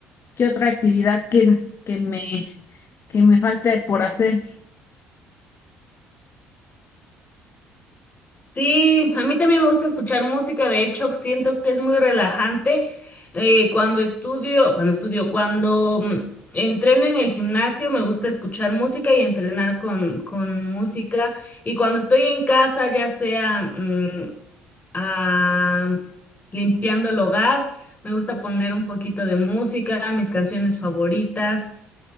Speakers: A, on the left; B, on the left.
A: que otra actividad que, que me, que me falte por hacer.
B: Sí, a mí también me gusta escuchar música, de hecho siento que es muy relajante. eh, cuando estudio, cuando estudio, cuando mm, entreno en el gimnasio me gusta escuchar música y entrenar con, con música. Y cuando estoy en casa, ya sea mm, ah, limpiando el hogar, me gusta poner un poquito de música, mis canciones favoritas.